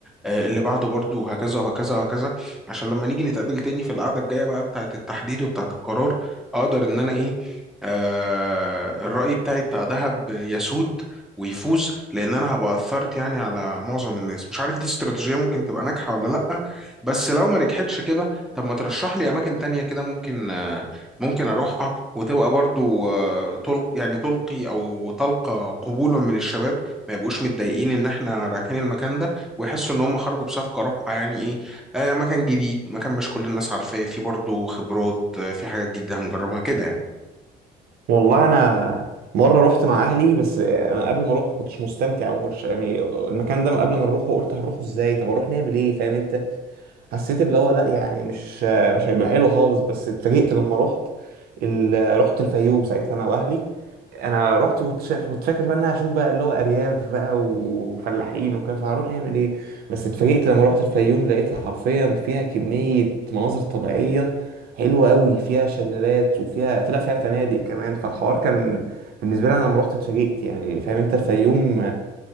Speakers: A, in the centre; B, on the right.
A: آه، اللي بعده برضه وهكذا وهكذا وهكذا عشان لما نيجي نتقابل تاني في القعدة الجاية بقى بتاعة التحديد وبتاعة القرار اقدر ان انا ايه آه الرأي بتاعي بتاع دهب يسود ويفوز لان انا هبقى اثرت يعني على معظم الناس مش عارف دي استراتيجية ممكن تبقى ناجحة ولا لا بس لو ما نجحتش كده طب ما ترشح لي اماكن تانية كده ممكن آه ممكن اروحها وتبقى برضو آه، تل... يعني تلقي او تلقى قبولا من الشباب ما يبقوش متضايقين ان احنا رايحين المكان ده ويحسوا ان هم خرجوا بصفقه رابحه يعني ايه آه مكان جديد مكان مش كل الناس عارفاه في برضو خبرات آه، في حاجات جديده هنجربها كده يعني
B: والله انا مره رحت مع اهلي بس انا قبل ما اروح ما كنتش مستمتع وما كنتش يعني المكان ده قبل ما نروحه قلت هنروحه ازاي طب اروح نعمل ايه فاهم انت حسيت اللي هو لا يعني مش مش هيبقى حلو خالص بس اتفاجئت لما رحت ال... رحت الفيوم ساعتها انا واهلي انا رحت كنت شايف كنت فاكر بقى ان انا هشوف بقى اللي هو ارياف بقى وفلاحين وكده فهروح نعمل ايه بس اتفاجئت لما رحت الفيوم لقيتها حرفيا فيها كمية مناظر طبيعية حلوة قوي فيها شلالات وفيها طلع فيها فنادق كمان فالحوار كان بالنسبة لي انا لما رحت اتفاجئت يعني فاهم انت الفيوم